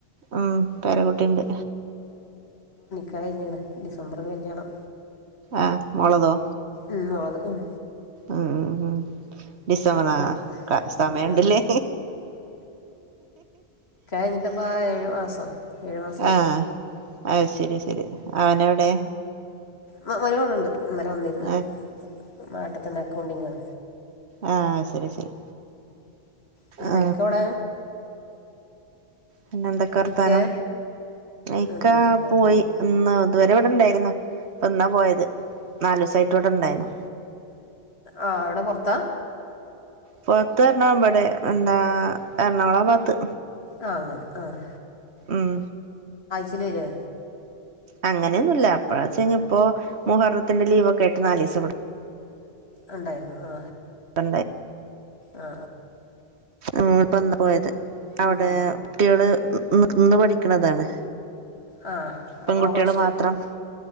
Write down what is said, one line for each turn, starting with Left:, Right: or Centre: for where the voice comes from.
Right: ഉം പേരകുട്ടിണ്ട്
Left: കഴിഞ്ഞങ്ങണ് ഡിസംബർ കല്യാണം
Right: ഏ മോളതോ
Left: ഉം മോളത് ഉം
Right: ഉം ഉം ഡിസംബറാ
Left: മോനാണ്
Right: ക സമയണ്ടില്ലേ
Left: ഉം മോനാണ് എന്നിട്ടപ്പ ഏഴു മാസം ഏഴുമാസായി
Right: ആഹ് അത് ശരി ശരി അവനെവിടെ
Left: മരിമകൾ ഇവിടുഉണ്ട് ഇന്നലെ വന്നിരുന്നു
Right: ആഹ്
Left: നാട്ടിത്തന്നെ അക്കൗണ്ടിങ്ങ
Right: ആ ശരി ശരി
Left: പിന്നെ
Right: ആ
Left: ഇക്ക എവിടെ
Right: പിന്നെ എന്തൊക്കെ വർത്താനം
Left: ഇക്കേ
Right: ഇക്കാ
Left: എന്താ സുഖായിട്ട്
Right: പോയി
Left: പോണ്
Right: ഇന്ന് ഇതുവരെ ഇവിടെണ്ടാരുന്ന് ഇപ്പൊ ഇന്നാ പോയത് നാലിവസായിട്ട് ഇവിടെ ഇണ്ടായിനു
Left: ആ എവിടെ പുറത്താ
Right: പുറത്ത് പറഞ്ഞാ എബഡേ എന്താ എറണാകുളം പാത്ത്
Left: ആഹ് അങ്ങനെ ആഹ്
Right: ഉം
Left: ശരിയാ
Right: അങ്ങനെയൊന്നുല്ല അപ്പഴച്ച ഇപ്പോ മുഹറത്തിന്റെ ലീവ് ഒക്കെ ആയ്ട്ട് നാലീസം ഇവിട
Left: ഉണ്ടായിരുന്നു
Right: ഇവിടെ
Left: ആ
Right: ആ ഇപ്പന്നാ പോയത് അവിടെ
Left: ഉം
Right: കുട്ടികള് നിന്ന് പഠിക്കണതാണ്
Left: ആ
Right: പെൺകുട്ടികള്
Left: അപ്പൊ ഹോസ്റ്റൽ
Right: മാത്രം
Left: ആ